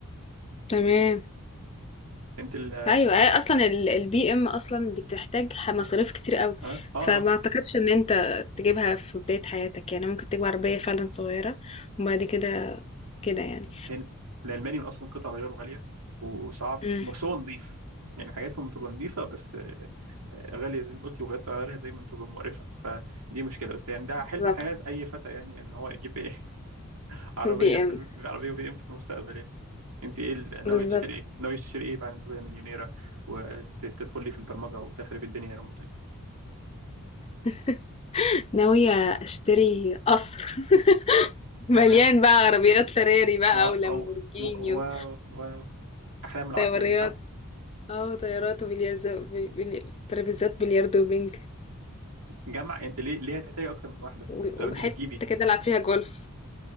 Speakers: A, on the left; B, on the right.
A: تمام
B: انت ال اه
A: ايوه هي اصلا البي ام اصلا بتحتاج ح- مصاريف كتير قوي
B: اه آه.
A: فما اعتقدش ان انت تجيبها في بداية حياتك يعني ممكن تجيب عربية فعلا صغيرة وبعد كده كده يعني
B: هن الالماني من اصلا قطع غياره غاليه وصعب
A: امم
B: بس هو نظيف يعني حاجاتهم تبقى نظيفه بس آه، آه، غاليه زي ما انت قلتي وغيرت غيرها دايما تبقى مقرفه فدي مشكله بس يعني ده
A: بالظبط
B: حلم حياه اي فتى يعني ان هو يجيب ايه <laughs> عربيه
A: البي
B: في
A: ام
B: الم- عربيه بي ام في المستقبل يعني انت ايه ال-
A: بالظبط
B: ناويه تشتري ايه ناويه تشتري ايه بعد ما تبقى مليونيره وتدخلي في البرمجه وتخربي الدنيا ريموتلي
A: <laughs> ناوية اشتري قصر <laughs> مليان
B: تمام
A: بقى عربيات فراري بقى
B: اه
A: ولامبورجيني
B: او و- واو واو احلام العصر
A: وطيارات
B: دي صح
A: اه طيارات وبلياردو بلي... ترابيزات بلياردو وبنج
B: جمع انت ليه ليه هتحتاجي اكتر من واحده
A: و-
B: لو انت
A: وحتة
B: هتجيبي
A: كده العب فيها جولف